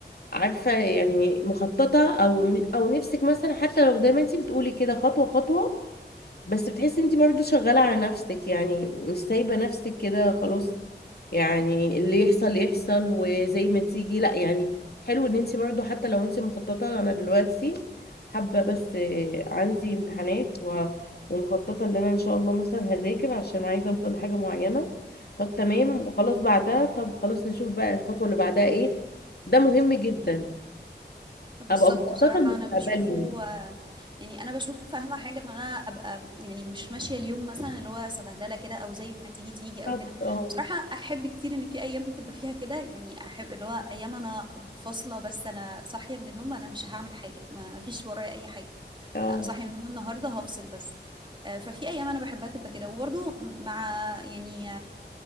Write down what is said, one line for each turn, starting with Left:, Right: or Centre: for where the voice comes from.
Left: عارفه يعني مخططه او او نفسك مثلا حتى لو زي ما انت بتقولي كده خطوه خطوه بس بتحسي انت برضو شغالة على نفسك يعني مش سايبة نفسك كده خلاص يعني اللي يحصل يحصل وزي ما تيجي لا يعني حلو ان انت برضو حتى لو انت مخططة انا دلوقتي حابة بس آه، عندي امتحانات و- ومخططة ان انا ان شاء الله مثلا هذاكر عشان عايزة اوصل لحاجة معينة طب تمام وخلاص بعدها طب خلاص نشوف بقى الخطوة اللي بعدها ايه ده مهم جدا
Right: بالظبط
Left: ابقى مخططة
Right: بصراحة
Left: لمستقبلي
Right: أنا بشوفه آه، يعني أنا بشوف أهم حاجة إن أنا أبقى يعني مش ماشية اليوم مثلا اللي هو سبهللة كده أو زي ما تيجي تيجي
Left: بالظبط
Right: أو كده
Left: اه
Right: بصراحة أحب كتير إن في أيام تبقى فيها كده يعني أحب اللي هو أيام أنا فاصلة بس أنا صاحية من النوم أنا مش هعمل حاجة ما ما فيش ورايا أي حاجة
Left: اه
Right: آه، صاحية من النوم النهاردة هفصل بس آه، ففي أيام أنا بحبها تبقى كده وبرضه مع يعني